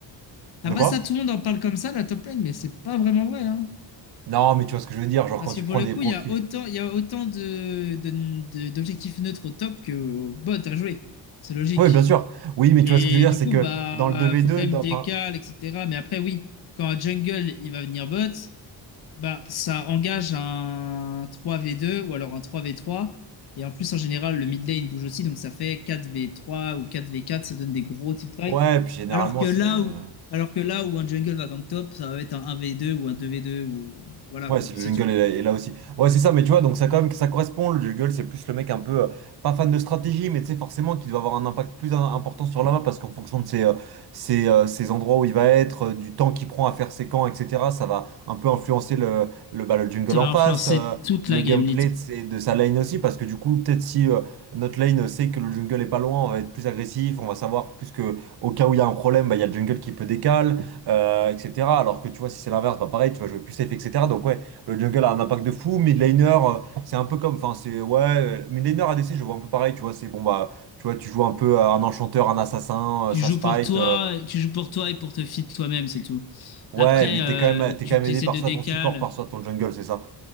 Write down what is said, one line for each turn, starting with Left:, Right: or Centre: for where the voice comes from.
Right: De
Left: après
Right: quoi?
Left: ça, tout le monde en parle comme ça, la top lane, mais c'est pas vraiment vrai, hein.
Right: Non, mais tu vois ce que je veux dire, genre
Left: Parce
Right: quand tu
Left: que pour
Right: prends
Left: le
Right: des
Left: coup,
Right: profils.
Left: il y a autant, il y a autant de, de- de- d'objectifs neutres au top qu'au bot à jouer. C'est logique.
Right: Oui, bien sûr. Oui, mais
Left: Et
Right: tu vois ce que je veux dire,
Left: du
Right: c'est
Left: coup,
Right: que
Left: bah,
Right: dans le 2v2,
Left: euh, faut quand même
Right: dans-
Left: décal,
Right: enfin,
Left: etc. Mais après, oui, quand un jungle, il va venir bot, bah, ça engage un 3v2 ou alors un 3v3. Et en plus, en général, le mid lane bouge aussi, donc ça fait 4v3 ou 4v4, ça donne des gros tick fights.
Right: Ouais, puis généralement,
Left: Alors que
Right: c'est
Left: là
Right: euh,
Left: où, alors que là où un jungle va gank top, ça va être un 1v2 ou un 2v2 ou, voilà,
Right: Ouais,
Left: quoi,
Right: c'est le
Left: c'est
Right: jungle
Left: tout.
Right: est là, est là aussi. Ouais, c'est ça, mais tu vois, donc ça, quand même, ça correspond. Le jungle, c'est plus le mec un peu euh, pas fan de stratégie, mais tu sais, forcément, qui doit avoir un impact plus im- important sur la map parce qu'en fonction de ses, euh, ses, euh, ses endroits où il va être, euh, du temps qu'il prend à faire ses camps, etc., ça va un peu influencer le, le, bah, le jungle
Left: Ça
Right: en
Left: va
Right: face,
Left: influencer
Right: euh,
Left: toute
Right: le
Left: la
Right: gameplay
Left: game,
Right: de, ses- de sa lane aussi, parce que du coup, peut-être si euh, notre lane sait que le jungle est pas loin, on va être plus agressif, on va savoir plus que au cas où il y a un problème, bah, il y a le jungle qui peut décaler, euh, etc. Alors que tu vois, si c'est l'inverse, bah, pareil, tu vas jouer plus safe, etc. Donc, ouais. Le jungle a un impact de fou. Midlaner, euh, c'est un peu comme. Enfin, c'est. Ouais. euh, Midlaner ADC, je vois un peu pareil, tu vois. C'est bon, bah. Tu vois, tu joues un peu à un enchanteur, un assassin,
Left: Tu
Right: euh, ça
Left: joues
Right: se fight.
Left: pour toi,
Right: euh,
Left: tu joues pour toi et pour te fit toi-même, c'est tout.
Right: ouais,
Left: Après,
Right: mais
Left: euh,
Right: t'es quand même, t'es
Left: tu
Right: quand même aidé
Left: essaies
Right: par
Left: de
Right: soit
Left: décale.
Right: ton support, par soit ton jungle, c'est ça.